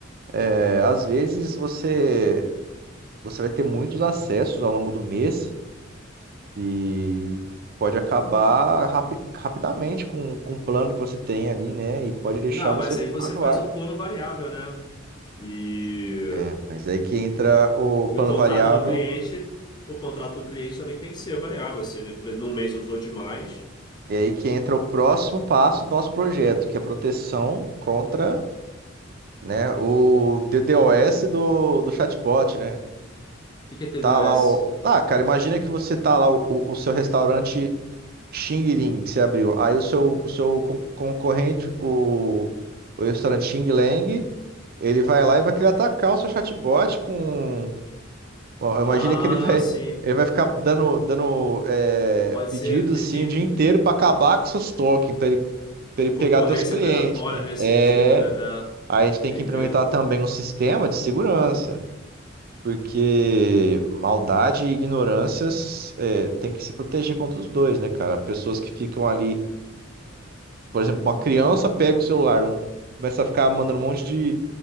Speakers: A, on the right; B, on the left.
A: é, às vezes você, você vai ter muitos acessos ao longo do mês e pode acabar rapi- rapidamente com, com o plano que você tem ali, né? E pode deixar
B: Não,
A: você
B: mas
A: fora
B: aí você
A: do
B: faz
A: ar.
B: um plano variável, né? E,
A: É, mas é aí que entra o plano
B: e o contrato
A: variável,
B: do cliente, o contrato do cliente também tem que ser variável. Se ele pre- num mês usou demais.
A: e aí que entra o próximo passo do nosso projeto, que é a proteção contra, né, o DDoS do, do chatbot, né?
B: O que que é TDOS?
A: Tá lá o. Ah, cara, imagina que você tá lá, o, o o seu restaurante Xing Ling que você abriu. Aí o seu, o seu con- concorrente, o, o restaurante Xing Lang, ele vai lá e vai querer atacar o seu chatbot com. Ó,
B: Ah,
A: Imagina que ele vai.
B: sim.
A: <laughs> Ele vai ficar dando, dando é,
B: Pode
A: pedidos
B: ser. Tem
A: assim
B: gente.
A: o dia inteiro pra acabar com seus tokens, pra ele, pra
B: de
A: ele pegar
B: concorrência
A: teus clientes,
B: predatória
A: né?
B: nesse
A: É.
B: sentido, né?
A: Aí a gente tem
B: É,
A: que
B: entendi.
A: implementar também um sistema de segurança. Porque maldade e ignorâncias é, tem que se proteger contra os dois, né, cara? Pessoas que ficam ali, por exemplo, uma criança pega o celular, um- começa a ficar mandando um monte de,